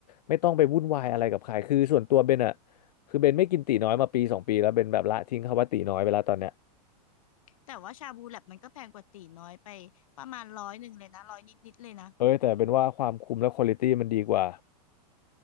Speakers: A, on the left (about 80°); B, on the left (about 55°).
A: ไม่ต้องไปวุ่นวายอะไรกับใครคือส่วนตัวเบนอะ
B: หรอ
A: คือเบนไม่กินตีน้อยมาปีสองปีแล้วเบนแบบละทิ้งคำว่าตีน้อยไปแล้วตอนเนี้ย
B: แต่ว่าชาบูแลบมันก็แพงกว่าตีน้อยไปประมาณร้อยหนึ่งเลยนะร้อยนิดนิดเลยนะ
A: เอ้ยแต่เป็นว่าความคุ้มและควอลิตี้มันดีกว่า